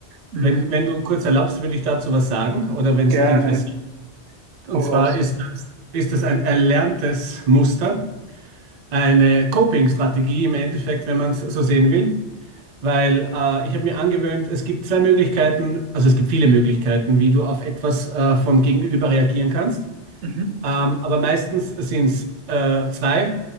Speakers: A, on the right (about 85°); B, on the right (about 50°).
A: Mhm.
B: Wenn, wenn du kurz erlaubst, würde ich dazu was sagen oder wenn es
A: Gerne.
B: dich interessiert. Und
A: Hau
B: zwar
A: raus.
B: ist das, ist das ein erlerntes Muster, eine Coping-Strategie im Endeffekt, wenn man es so sehen will. Weil äh, ich habe mir angewöhnt, es gibt zwei Möglichkeiten, also es gibt viele Möglichkeiten, wie du auf etwas äh, vom Gegenüber reagieren kannst.
A: Mhm.
B: Ähm, aber meistens sind es äh, zwei.